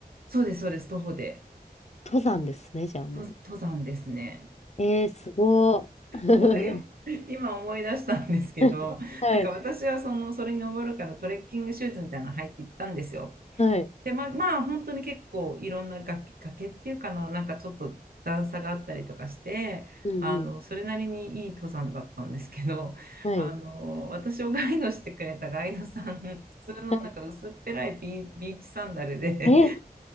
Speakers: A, on the right (about 70°); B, on the left (about 45°).
A: そうです、そうです、徒歩で。
B: 登山ですね、じゃあもう。
A: と登山ですね。
B: ええ、すごー。
A: そうだよ。今思い出したんですけど、
B: <laughs> はい、
A: なんか私はその、それに登るからトレッキングシューズみたいなの履いて行ったんですよ。
B: はい、
A: で、まあ、まあ本当に結構いろんな崖、崖っていうかな、なんかちょっと段差があったりとかして、
B: うんうん、
A: あの、それなりにいい登山だったんですけど、<laughs>
B: はい。
A: あの、私をガイドしてくれたガイドさん、普通のなんか薄っぺらいビ、
B: はい
A: ビーチサンダルで
B: え、